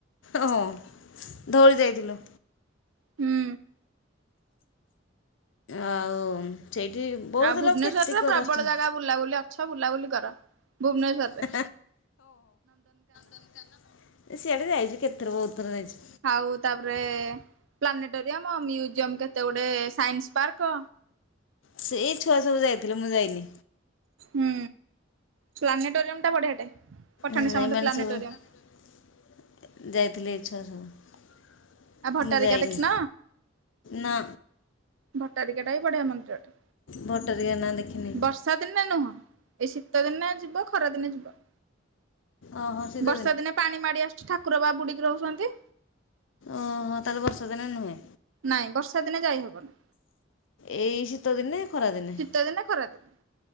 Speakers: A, on the left (about 70°); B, on the right (about 80°).
A: ହଁ ଧଉଳି ଯାଇଥିଲୁ।
B: ହୁଁ।
A: ଆଉ ସେଇଠି ବହୁତ
B: ଆଉ ଭୁବନେଶ୍ଵରରେ
A: ଲୋକ କେତେ କୁଆଡୁ
B: ପ୍ରବଳ
A: ଆସୁଛନ୍ତି।
B: ଜାଗା ବୁଲାବୁଲି ଅଛ ବୁଲାବୁଲି କର ଭୁବନେଶ୍ୱର
A: ହଁ ସେଆଡେ ଯାଇଚି କେତେଥର ବହୁଥର ଯାଇଚି।
B: ଆଉ ତାପରେ ପ୍ଲାନେଟୋରିୟମ ମ୍ୟୁଜିୟମ୍ କେତେ ଗୁଡେ ସାଇନ୍ସ ପାର୍କ
A: ସେଇ ଛୁଆ ସବୁ ଯାଇଥିଲେ ମୁଁ ଯାଇନି।
B: ହୁଁ ପ୍ଲାନେଟୋରିୟମ ଟା ବଢିଆଟେ। ପଠାଣି
A: ହୁଁ
B: ସାମନ୍ତ
A: ଏମାନେ
B: ପ୍ଲାନେଟୋରିୟମ।
A: ସବୁ ଯାଇଥିଲେ ଛୁଆ ସବୁ।
B: ଆଉ ଭଟ୍ଟାରିକା
A: ମୁଁ ଯାଇନି,
B: ଦେଖିନ
A: ନା।
B: ଭଟ୍ଟାରିକାଟା ବି ବଢିଆ ମନ୍ଦିରଟେ
A: ଭଟାରିକା ନା ଦେଖିନି
B: ବର୍ଷ ବର୍ଷା ଦିନେ ନୁହଁ ଏଇ ଶୀତ ଦିନେ ଯିବ ଖରାଦିନେ ଯିବ।
A: ଓହୋ ଶୀତ
B: ବର୍ଷା ଦିନେ ପାଣି ମାଡି ଆସୁଛି ଠାକୁର ପା ବୁଡିକି ରହୁଛନ୍ତି।
A: ଓହୋଃ, ତାହେଲେ ବର୍ଷା ଦିନେ ନୁହେଁ?
B: ନାଇଁ ବର୍ଷା ଦିନେ ଯାଇ ହବନି।
A: ଏଇ ଶୀତଦିନେ ଖରାଦିନେ।
B: ଶୀତଦିନେ ଖରାଦିନେ।